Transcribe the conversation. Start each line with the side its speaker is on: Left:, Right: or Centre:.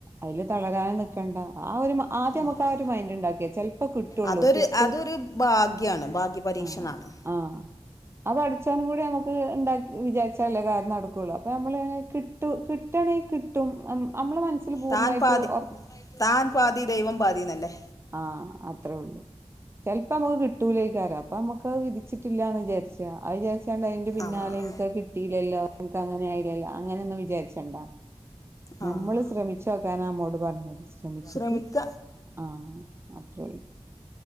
Right: അയില് തളരാൻ നി കണ്ട ആ ഒരു ആദ്യം
Left: ആഹ്
Right: നമുക്കാ ഒരു മൈൻഡ് ഉണ്ടാക്കിവെച്ച ചെലപ്പോ കിട്ടുള്ളൂ
Left: അതൊരു
Right: കിട്ടും
Left: അതൊരു ഭാഗ്യാണ് ഭാഗ്യ പരീക്ഷണാണ്
Right: ആഹ് ആഹ് ആഹ് പഠിച്ചാനും കൂടി നമുക്ക് ണ്ട വിചാരി ചില കാര്യം നട കുള്ളൂ അപ്പോൾ നമ്മൾ കിട്ടു കിട്ടണെങ്കിൽ കിട് ട്ടും നമ്മളെ മനസ്സിൽ പൂർണ്ണായിട്ടും
Left: താൻ പാതി
Right: ഒറ
Left: താൻ പാതി ദൈവം പാതിന്നല്ലേ
Right: ആ അത്രേയള്ളു ചെലപ്പോ നമുക്ക് കിട്ടൂലേക്കാരം അപ്പൊ നമ്മുക്ക് അത് വിധിച്ചിട്ടില്ലാന്ന് വിചാരിച്ച അത് വിചാരിച്ചണ്ട് അതിന്റെ പിന്നാലെ
Left: ആഹ്
Right: ഇന്ക്ക് കിട്ടീല്ലല്ലോ ഇന്ക്ക് അങ്ങനെ ആയില്ലല്ലോ അങ്ങനെയൊന്നും വിചാരിച്ചണ്ടാ ഞമ്മള്
Left: ആഹ്
Right: ശ്രമിച്ചോക്കാന അമ്മോട് പറഞ്ഞത് ശ്രമിച്ചിട്ട്
Left: ശ്രമിക്ക
Right: ആ അപ് <inaudible>